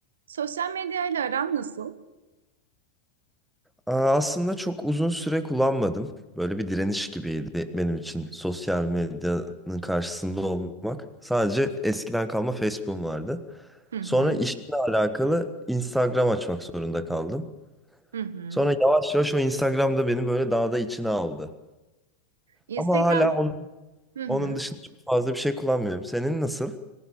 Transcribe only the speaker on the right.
Sosyal medyayla aran nasıl?
Hı hı,
hı hı,
Instagram
hı hı.